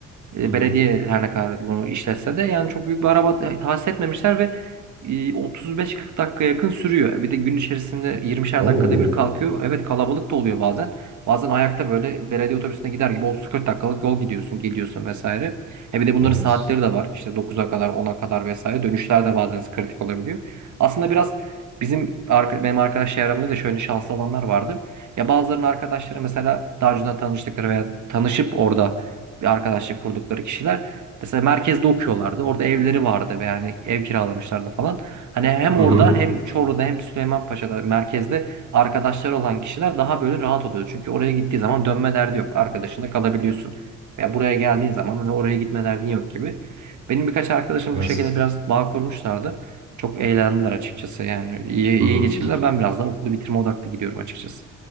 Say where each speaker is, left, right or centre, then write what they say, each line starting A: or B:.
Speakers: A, on the right; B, on the right.
A: E,
B: Hı hı.
A: belediye her ne kadar bunu işletse de yani çok büyük bir araba e, tahsis etmemişler ve e, 35-40 dakika yakın sürüyor. E, Bir de gün içerisinde 20'şer
B: Oo,
A: dakikada bir kalkıyor. Evet kalabalık da oluyor bazen. Bazen ayakta böyle belediye otobüsüne gider gibi 30-40 dakikalık yol gidiyorsun, geliyorsun vesaire. E bir de bunların
B: evet.
A: saatleri de var. İşte 9'a kadar, 10'a kadar vesaire. Dönüşler de bazen kritik olabiliyor. Aslında biraz bizim arka- benim arkadaş çevremde de şöyle şanslı olanlar vardı. Ya bazılarının arkadaşları mesela daha önceden tanıştıkları veya tanışıp orada bir arkadaşlık kurdukları kişiler. Mesela merkezde okuyorlardı. Orada evleri vardı ve yani ev kiralamışlardı falan. Hani hem
B: Hı
A: orada
B: hı.
A: hem Çorlu'da hem Süleymanpaşa'da merkezde arkadaşlar olan kişiler daha böyle rahat oluyor. Çünkü oraya gittiği zaman dönme derdi yok. Arkadaşında kalabiliyorsun. Veya buraya geldiğin zaman hani oraya gitme derdin yok gibi. Benim birkaç arkadaşım
B: Evet.
A: bu şekilde biraz bağ kurmuşlardı. Çok eğlendiler açıkçası yani iyi, iyi
B: Hı hı.
A: geçirdiler. Ben biraz daha okulu bitirme odaklı gidiyorum açıkçası.